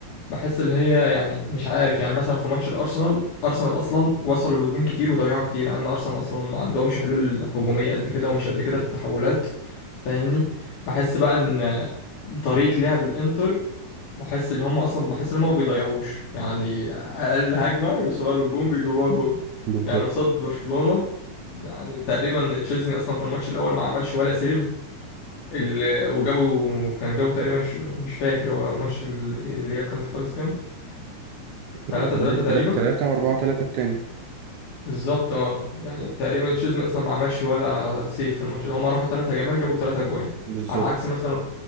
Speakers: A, on the left (about 80°); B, on the right (about 75°).
A: بحس اللي هي يعني مش عارف يعني مثلا في ماتش الارسنال ارسنال اصلا وصلوا لهجوم كتير وضيعوا كتير يعني ارسنال اصلا ما عندهمش حلول هجوميه قد كده ومش قد كده في التحولات فاهمني بحس بقى ان آه، طريقه لعب الانتر بحس ان هم اصلا بحس ان هم ما بيضيعوش يعني اقل هجمه يوصلها للجون بيجيبوها جون
B: بالظبط
A: يعني قصاد برشلونه يعني تقريبا تشيزني اصلا في الماتش الاول ما عملش ولا سيف ال- وجابوا كان جابوا تقريبا ش- مش فاكر هو ماتش ال- الاياب كان خالص كام
B: الأولاني
A: 3 3
B: تلاتة
A: تقريبا
B: تلاتة وأربعة تلاتة التاني
A: بالظبط اه يعني تقريبا تشيزني اصلا ما عملش ولا سيف في الماتش ده هم راحوا ثلاث هجمات جابوا ثلاث اجوان
B: بالظبط
A: على عكس مثلا